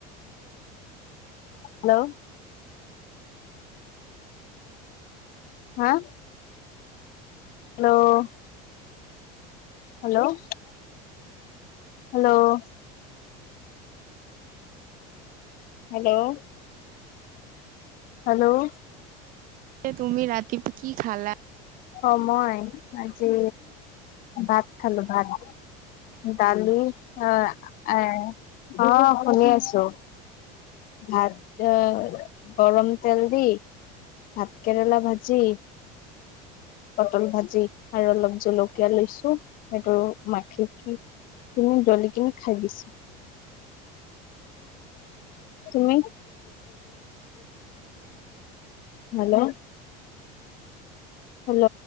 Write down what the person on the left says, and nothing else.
হেল্ল'। হা। Hello. Hello hello hello hello
অ' মই আজি ভাত খালোঁ ভাত। দালি আহ এই অ' শুনি আছোঁ। ভাত অ' গৰম তেল দি ভাত কেৰেলা ভাজি। পটল ভাজি আৰু অলপ জলকীয়া লৈছোঁ। সেইটো মাখি কি তুমি ডলিকিনি খাই দিছোঁ। তুমি? Hello hello